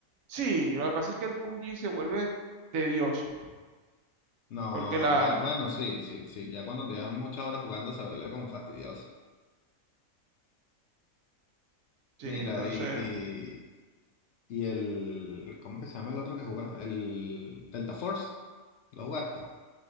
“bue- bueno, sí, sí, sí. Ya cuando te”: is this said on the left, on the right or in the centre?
Left